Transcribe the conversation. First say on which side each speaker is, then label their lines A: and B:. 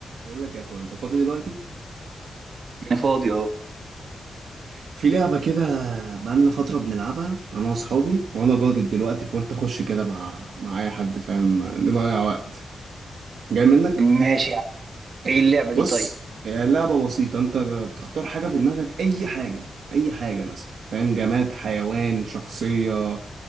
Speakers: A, on the right; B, on the right.
A: بقول لك يا اخويا انت فاضي دلوقتي
B: انا فاضي اهو
A: في لعبه كده بقالنا فتره بنلعبها انا واصحابي وانا جادد دلوقتي فقلت اخش كده مع مع اي حد فاهم نضيع وقت جاي منك
B: ماشي يا عم ايه اللعبة دي
A: بص
B: طيب
A: آه، لعبه بسيطه انت بتختار حاجه في دماغك اي حاجه اي حاجه مثلا فاهم جماد حيوان شخصيه